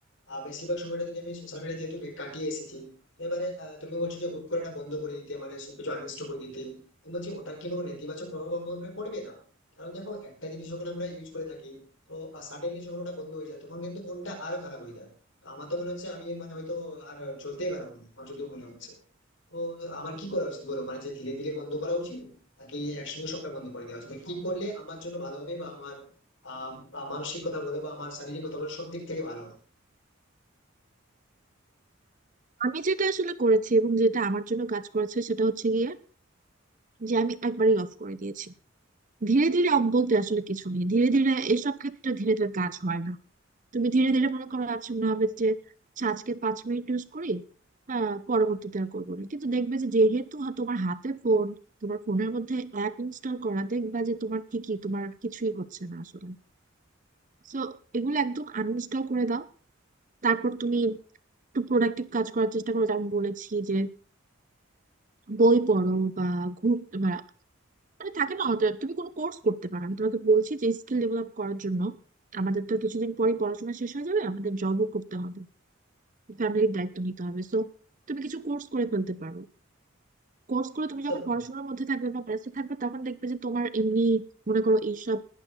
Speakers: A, on the left; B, on the right.
A: আহ, বেশিরভাগ সময়টা যদি আমি সোশ্যাল মিডিয়া যেহেতু কাটিয়ে এসেছি তো এবারে আহ, তুমি বলছো যে হুট করে এটা বন্ধ করে দিতে মানে সবকিছু আনইনস্টল করে দিতে আমি বলছি ওটার কি কোনো নেতিবাচক প্রভাব আমার উপরে পড়বে না কারণ দেখো একটা জিনিস যখন আমরা ইউজ করে থাকি তো সাডেনলি যখন ওটা বন্ধ হয়ে যায় তখন কিন্তু মনটা আরো খারাপ হয়ে যায় তো আমার তো মনে হচ্ছে আমি মানে হয়তো আর চলতেই পারবো না আমার যদিও মনে হচ্ছে তো আমার কি করা উচিত বলো মানে যে ধীরে ধীরে বন্ধ করা উচিত নাকি একসঙ্গে সবটা বন্ধ করে দেওয়া উচিত মানে কি করলে আমার জন্য ভালো হবে বা আমার আহ বা মানসিক কথা বলো বা আমার শারীরিক কথা বলো সব দিক থেকে ভালো হবে
B: আমি যেটা আসলে করেছি এবং যেটা আমার জন্য কাজ করেছে সেটা হচ্ছে গিয়ে যে আমি একবারই অফ করে দিয়েছি ধীরে ধীরে অফ বলতে আসলে কিছু নেই ধীরে ধীরে এসব ক্ষেত্রে ধীরে ধীরে কাজ হয় না তুমি ধীরে ধীরে মনে করো আজ মনে হবে যে আচ্ছা আজকে পাঁচ মিনিট ইউজ করি আহ পরবর্তীতে আর করবো না কিন্তু দেখবে যে যেহেতু হা- তোমার হাতে ফোন তোমার ফোনের মধ্যে অ্যাপ ইনস্টল করা দেখবা যে তোমার ঠিকই তোমার কিছুই হচ্ছে না আসলে সো এগুলো একদম আনইনস্টল করে দাও তারপর তুমি একটু প্রোডাক্টিভ কাজ করার চেষ্টা করো যেমন বলেছি যে বই পড়ো বা ঘুর বা মানে থাকে না অত- তুমি কোনো কোর্স করতে পারো আমি তোমাকে বলছি যে স্কিল ডেভেলপ করার জন্য আমাদের তো কিছুদিন পরে পড়াশোনা শেষ হয়ে যাবে আমাদের জবও করতে হবে ফ্যামিলির দায়িত্ব নিতে হবে সো তুমি কিছু কোর্স করে ফেলতে পারো কোর্স করে
A: আচ্ছা
B: তুমি যখন
A: বন্ধু
B: পড়াশোনার মধ্যে থাকবে বা ব্যস্ত থাকবে তখন দেখবে যে তোমার এমনি মনে করো এইসব